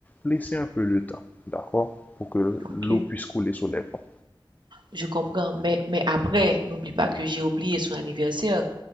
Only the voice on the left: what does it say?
laisser un peu de temps, d'accord? Pour que
l'eau puisse couler sur les ponts.